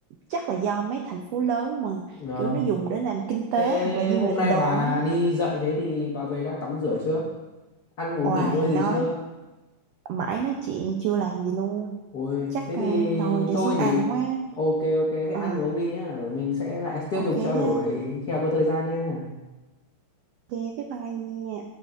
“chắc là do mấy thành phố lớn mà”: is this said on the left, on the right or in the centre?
Right